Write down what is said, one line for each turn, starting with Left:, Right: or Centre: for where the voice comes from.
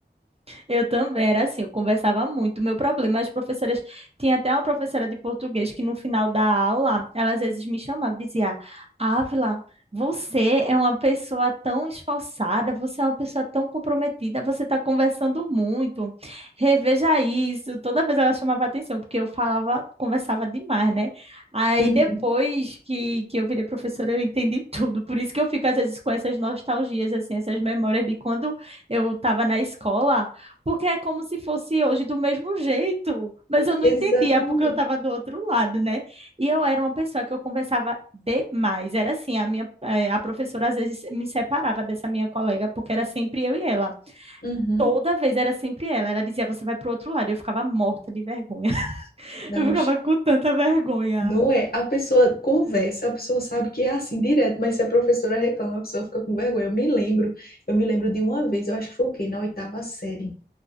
Right: Eu também era assim, eu conversava muito. O meu problema, as professoras, tinha até uma professora de português que no final da aula, ela às vezes me chamava e dizia: Ávila, você é uma pessoa tão esforçada, você é uma pessoa tão comprometida, você está conversando muito. Reveja isso. Toda vez ela chamava atenção, porque eu falava, conversava demais, né? Aí
Left: Uhum,
Right: depois que, que eu virei professora, eu entendi tudo. Por isso que eu fico às vezes com essas nostalgias, assim, essas memórias de quando eu estava na escola. Porque é como se fosse hoje do mesmo jeito. Mas eu não
Left: exatamente.
Right: entendia, porque eu estava do outro lado, né? E eu era uma pessoa que eu conversava demais. Era assim, a minha, eh, a professora às vezes me separava dessa minha colega, porque era sempre eu e ela.
Left: Uhum.
Right: Toda vez era sempre ela. Ela dizia, você vai pro outro lado. E eu ficava morta de vergonha. <laughs>
Left: Não,
Right: Eu ficava com tanta vergonha.
Left: Não é? A pessoa conversa, a pessoa sabe que é assim direto, mas se a professora reclama, a pessoa fica com vergonha. Eu me lembro, eu me lembro de uma vez, eu acho que foi o quê? Na oitava série.